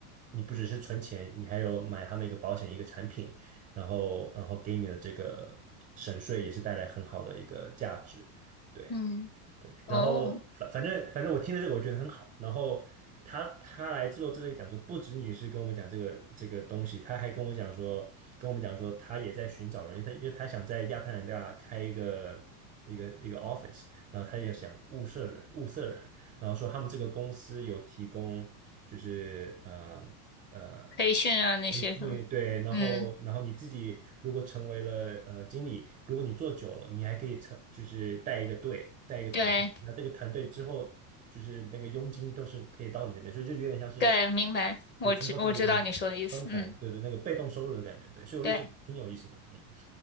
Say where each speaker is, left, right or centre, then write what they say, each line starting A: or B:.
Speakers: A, on the right; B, on the left.
A: 你不只是存钱，你还有买他们一个保险一个产品，然后然后给你的这个省税也是带来很好的一个价值，对
B: 嗯，
A: 对。
B: 哦，
A: 然后反反正反正我听了这个我觉得很好，然后他他来做这个讲座，不仅仅是跟我们讲这个这个东西，他还跟我讲说跟我们讲说他也在寻找人，因为他因为他想在亚特兰大开一个一个一个 office，然后他也想物色人物色人。然后说他们这个公司有提供就是呃呃
B: 培训啊那些什么，
A: 培训，对，然后然后你自己如果成为了呃经理，
B: 嗯，
A: 如果你做久了，你还可以成就是带一个队，带一个团队，
B: 对。
A: 那这个团队之后就是那个佣金都是可以到你这边，所以就有点像是
B: 对，明白，我知我知道你说的意思，
A: 对之后是有点分红，
B: 嗯，
A: 对对，那个被动收入的感觉，对，所以我就觉得挺有意思的，
B: 对，
A: 嗯。